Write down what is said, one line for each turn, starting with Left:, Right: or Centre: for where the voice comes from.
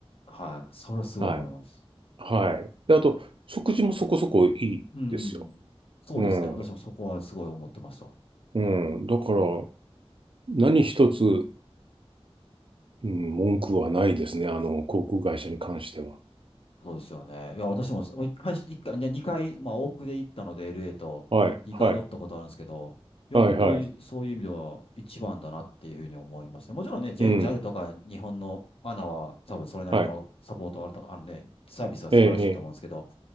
Left: はい。それはすごい思います。
Right: はい。はい。で、あと、食事もそこそこいいですよ。
Left: うん。そうですね。
Right: うん。
Left: 私もそこはすごい思ってました。
Right: うん。だから、
Left: うん。
Right: 何一つ、うん、文句はないですね。あの、航空会社に関しては。
Left: そうですよね。いや、私も、もう一回、一回、ね、二回、まあ、往復で行ったので、LA と、
Right: はい。
Left: 二回乗ったことあるんですけど、
Right: はい。
Left: いや、
Right: はい。
Left: 本当にそういう意味では一番だなっていうふうに思いますね。
Right: はい。
Left: もちろんね、ジェ
Right: うん。
Left: JAL とか日本の ANA は多分それなりのサポートはあると、
Right: はい
Left: あのね、サービスは素晴らしいと思うんですけど、
Right: ええ、ええ、